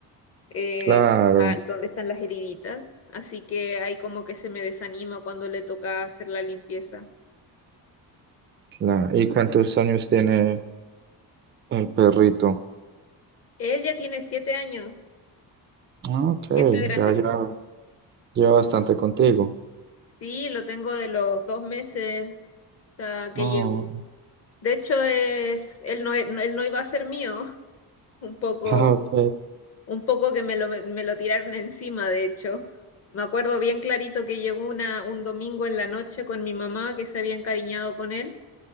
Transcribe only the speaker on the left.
eh,
a- donde están las heriditas. Así que ahí como que se me desanima cuando le toca hacer la limpieza.
Él ya tiene siete años,
ya está grandecito.
Sí, lo tengo de los dos meses ah, que
llevo. De hecho, es, él no, e- no- él no iba a ser mío, <laughs> un poco
Un poco que me lo, me lo tiraron encima, de hecho. Me acuerdo bien clarito que llegó una, un domingo en la noche con mi mamá que se había encariñado con él,